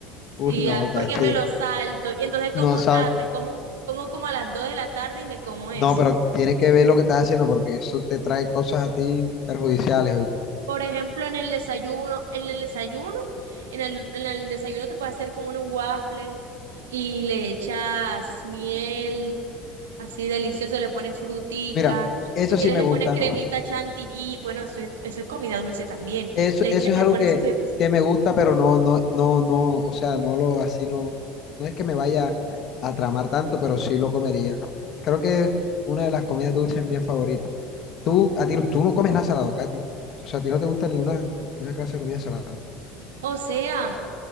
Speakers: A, on the right; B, on the left.
A: Sí,
B: Uy, no,
A: a-
B: casi,
A: porque me
B: de-
A: lo salto, y entonces
B: no
A: como
B: sabes.
A: tarde, como, como como a las 2 de la tarde y me como eso.
B: No, pero tiene que ver lo que estás haciendo porque eso te trae cosas a ti perjudiciales. oíste.
A: Por ejemplo, en el desayuno, en el desayuno, en el, en el desayuno te puedes hacer como unos waffles y le echas miel Así delicioso, le pones frutica,
B: Mira, eso
A: si quieres
B: sí me
A: le
B: gusta.
A: pones cremita chantilly, bueno, eso es, eso es comida dulce también,
B: Eso,
A: le,
B: eso
A: echa-
B: es
A: le
B: algo
A: pones
B: que,
A: su crema,
B: que me gusta, pero no, no, no, no, o sea, no lo, así no, no es que me vaya a tramar tanto, pero sí lo comería. Creo que es una de las comidas dulces mías favoritas. Tú, a ti, no- tú no comes nada salado, Katy. O sea, a ti no te gusta ninguna, ninguna clase de comida salada.
A: o sea,